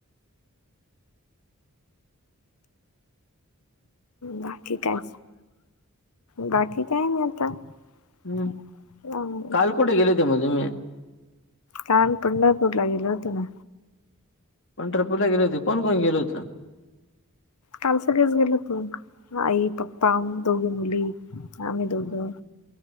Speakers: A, on the left; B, on the left.
A: बाकी काय? बाकी काय नाही आता.
B: हं.
A: <unintelligible>
B: काल कुठे गेले होते मग तुम्ही?
A: काल पंढरपूरला गेलो होतो ना.
B: पंढरपूला गेले होते. कोण, कोण गेले होतं?
A: काल सगळेच गेलो होतो, आई, पप्पा, दोघी मुली, आम्ही दोघं.
B: हं.